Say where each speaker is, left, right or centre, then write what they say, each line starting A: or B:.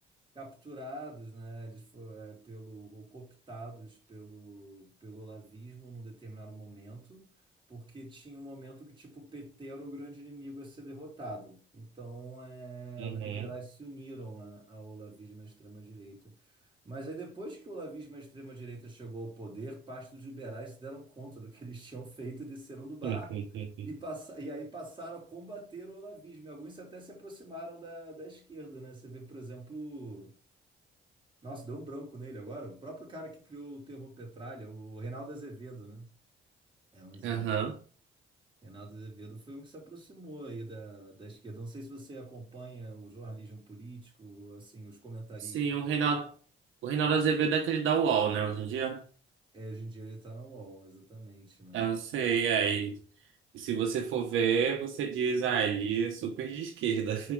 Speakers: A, on the right (about 25°); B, on the right (about 80°).
A: capturados, né? Eles foram, é, pelo, ou cooptados pelo, pelo olavismo num determinado momento, porque tinha um momento que, tipo, o PT era o grande inimigo a ser derrotado. Então, é,
B: uhum.
A: os liberais se uniram a- ao olavismo à extrema-direita. Mas aí, depois que o olavismo à extrema-direita chegou ao poder, parte dos liberais se deram conta do que eles tinham feito e desceram do barco
B: <laughs>
A: e, passa, e aí passaram a combater o olavismo. E alguns até se aproximaram da, da esquerda, né? Você vê, por exemplo, nossa, deu um branco nele agora. O próprio cara que criou o termo petralha, o Reinaldo Azevedo, né? É um exemplo.
B: Aham.
A: Reinaldo Azevedo foi um que se aproximou aí da, da esquerda. Não sei se você acompanha o jornalismo político, assim, os comentaristas.
B: Sim, o Reinaldo, o Reinaldo Azevedo é aquele da UOL, né, hoje em dia?
A: É, hoje em dia ele está na UOL, exatamente, né?
B: Eu sei, aí. E se você for ver, você diz, ah, ele é super de esquerda.